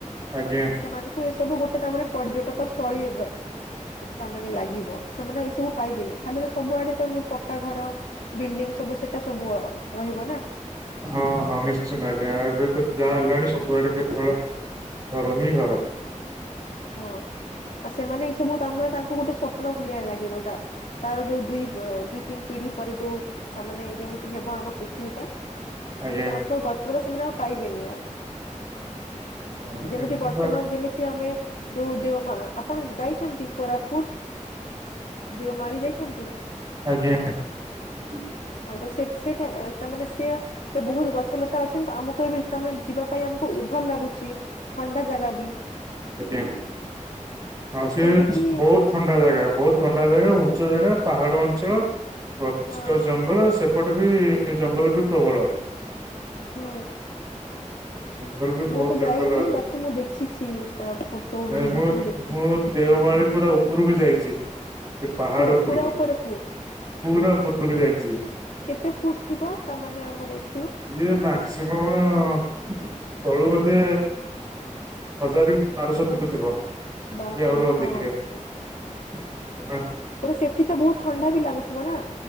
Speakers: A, on the right; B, on the left.
A: ଆଜ୍ଞା।
B: ସେମାନଙ୍କୁ ଏସବୁ ଗୋଟେ ତା ମାନେ ପର୍ଯ୍ୟଟକସ୍ଥଳୀ ତାମାନେ ଲାଗିବ ସେମାନେ ଏସବୁ ପାଇବେନି ଖାଲି ତ ସବୁଆଡ଼େ ତ ଯୋଉ ପକ୍କା ଘର ବିଲଡିଙ୍ଗ୍ ସବୁ ସେଟା ସବୁ ରହିବ ନା।
A: ହଁ ହଁ ନିଶ୍ଚିନ୍ତ ଆଜ୍ଞା ଏବେ ତ ଯା ହେଲାଣି ସବୁଆଡ଼େ କେବଳ ଘର ହିଁ ଘର।
B: ହଁ ଆଉ ସେମାନେ ଏଇ ସବୁ ତମେ ତାଙ୍କୁ ଗୋଟେ ସ୍ୱପ୍ନ ଭଳିଆ ଲାଗିବ ଯା ତାର ଯୋଉ ଦୁଇ ଅ ଦୁଇ ତିନି ପିଢ଼ି ପରେ ଯୋଉ ତା ମାନେ ଯେମିତି ହେବ ଆମ ପୃଥିବୀ ଟା
A: ଆଜ୍ଞା
B: ସେମାନଙ୍କ ଗଛଲତା ସେମାନେ ଆଉ ପାଇବେନି ଆଉ।
A: ହଁ
B: ଯେମିତି
A: ନିଶ୍ଚିନ୍ତ
B: ବର୍ତ୍ତମାନ
A: ଆଜ୍ଞା
B: ଯେମି ଆମେ ଯୋଉ ଦେଓମା ଆପଣ ଯାଇଛନ୍ତି କୋରାପୁଟ? ଦେଓମାଳି ଯାଇଛନ୍ତି?
A: ଆଜ୍ଞା। <inaudible>
B: ହଁ ତ ସେଠି ସେଇଠା ତା ମାନେ ସିଏ ଏ ବହୁତ୍ ଗଛଲତା ଅଛନ୍ତି‌ ଆମକୁ ଏବେ ତମେ ଯିବା ପାଇଁ ଆମକୁ ଇଭଲ୍ ଲାଗୁଛି। ଥଣ୍ଡା ଜାଗା ବି।
A: ଆଜ୍ଞା ହଁ
B: ତ
A: ସେ
B: ସେମିତି
A: ବହୁତ୍ ଥଣ୍ଡା ଜାଗା ବହୁତ ଥଣ୍ଡା ଜାଗା, ଉଞ୍ଚ ଜାଗା, ପାହାଡ଼ ଅଞ୍ଚଳ ଗଛ,
B: ହଁ
A: ଜଙ୍ଗଲ ସେ ଏପଟେ ବି ଜଙ୍ଗଳ ବି ପ୍ରବଳ।
B: ହୁଁ।
A: ଜଙ୍ଗଲ ବି ବହୁତ
B: ମୁଁ ତ
A: ଜଙ୍ଗଲ
B: ଯାଇନି
A: ଅଛି
B: ବାକି ମୁଁ ଦେଖିଛି ତା ଫଟୋ
A: ନାଇଁ
B: ଭିଡ଼ିଓ
A: ମୁଁ
B: ସବୁ ଦେଖି
A: ମୁଁ ଦେଓମାଳି ପୁରା ଉପରକୁ ଯାଇଛି ସେ ପାହାଡ଼
B: ପୁରା
A: ଉପରକୁ।
B: ପୁରା ଉପରକୁ
A: ପୂରା ଉପରକୁ ଯାଇଛି।
B: କେତେ ଫୁଟ୍ ଥିବ ତାମାନେ ଆମର ଏ
A: ଇଏ ମାକ୍ସିମମ୍ ତଳୁ ବୋଧେ ହଜାର କି ବାରଶହ ଫୁଟ୍ ଥିବ। କି
B: ବାପରେ
A: ଆହୁରି
B: ହଁ
A: <unintelligible> ନା
B: ପୂରା ସେଠି ତ ବହୁତ୍ ଥଣ୍ଡା ବି ଲାଗୁଥିବ ନା।